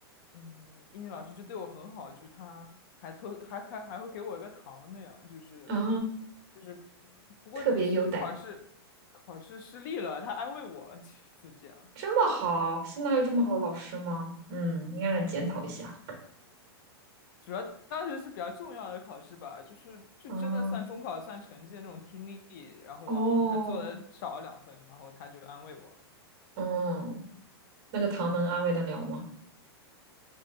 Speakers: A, on the left; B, on the right.
A: 嗯，英语老师就对我很好，就是他还偷还还还会给我一个糖那样，就是
B: 啊，
A: 就是，不过那次是考试考试失利了，
B: 特别优待，
A: 他安慰我，<laughs> 就是这样。
B: 这么好，现在还有这么好的老师吗？嗯，应该让你检讨一下。
A: 主要当时是比较重要的考试吧，就是就真的算中考算成绩的那种听力，
B: 嗯，
A: 然后我好像还做了少了两分，
B: 哦，
A: 然后他就安慰我，
B: 嗯，那个糖能安慰得了吗？
A: 嗯，